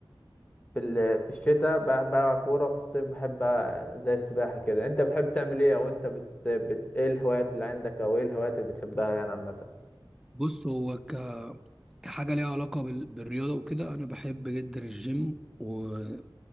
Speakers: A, on the left; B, in the centre.
A: في ال- في الشتاء بح- بلعب كورة وفي الصيف بحب أ- زي السباحة كده انت بتحب تعمل ايه او انت بت... بت... ايه الهوايات اللي عندك او ايه الهوايات اللي بتحبها يعني عامة
B: بص هو ك كحاجه ليها علاقه بال... بالرياضه وكده انا بحب جدا الجيم وما